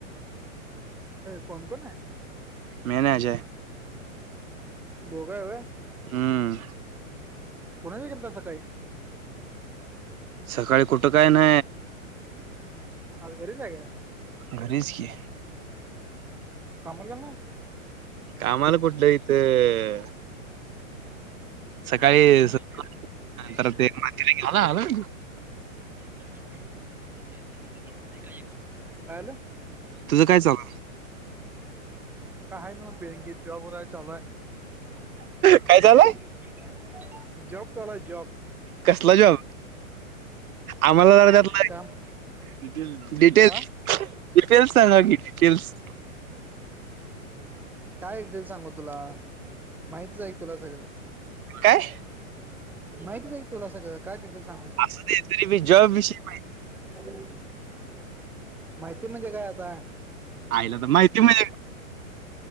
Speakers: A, in the centre; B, on the right.
A: कोण कोण आहे
B: मेजय
A: धो कायय
B: हम्
A: कुणा गेल तसं काही
B: सकाळी कुठं काय ना
A: आज घरी जा आहेग
B: घरीच की आहे
A: मु कमल करणार
B: कामाला कुठलं इथं सकाळी
A: नाहीस
B: स नंतर
A: काय
B: तेला आलं
A: <inaudible> क जैसे ह लकड पडे का य काॉम
B: तुझं काय चालू
A: काय ना मग बँकेत जॉब वय चालूय
B: काय चालंय
A: का जॉब तला जॉब
B: कसला जॉब आम्हाला जराजात
A: काम
B: डिटेल् डिटेल्स
A: हा
B: डिटेल्स सांगा की डिटेल्स
A: काय डिटेल सांगू तुला माहितच आहे तुला सगळं
B: काय
A: माहितच आहे तुला सगळं काय िटेल सांगू
B: असं ते तरीी जॉब विषयी
A: ह माहिती म्हणजे काय आता
B: आहिला तर माहिती म्ह